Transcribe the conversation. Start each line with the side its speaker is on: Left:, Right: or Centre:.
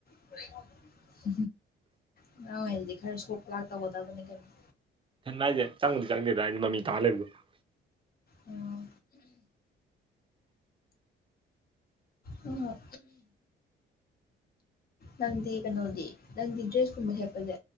Left: <unintelligible> ꯑꯉꯥꯡ ꯑꯣꯏꯔꯤꯗꯗꯤ ꯈꯔ ꯁꯣꯛ ꯂꯥꯛ ꯇꯧꯒꯗꯅ‌ꯦ ꯀꯩꯅ‌ꯣ
Right: ꯍꯦꯟ ꯍꯥꯏꯁꯦ ꯆꯪꯉꯗꯤ ꯆꯪꯗꯦꯗ ꯍꯥꯏꯗꯤ ꯃꯃꯤ ꯇꯥꯜ ꯂꯩꯕꯗꯣ
Left: ꯑꯣ ꯑꯣ ꯅꯪꯗꯤ ꯀꯩꯅꯣꯗꯤ ꯅꯪꯗꯤ ꯗ꯭ꯔꯦꯁꯀꯨꯝꯕ ꯁꯦꯠꯄꯁꯦ